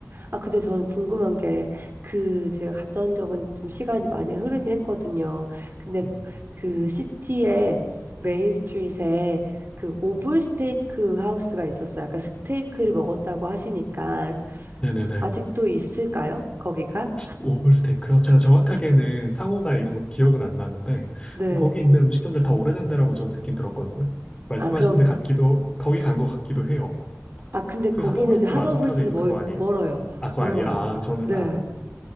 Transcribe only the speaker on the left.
음.
네네네.
오블스테이크요? 제가 정확하게는 상호나 이런 것 기억은 안 나는데
거기 있는 음식점들 다 오래된 데라고 저는 듣긴 들었거든요. 말씀하신
데 같기도 거기 간 것 같기도 해요.
그 하버브릿지
맞은편에 있는
그거 아니에요?
아 그거
아니에요? 아 저는
아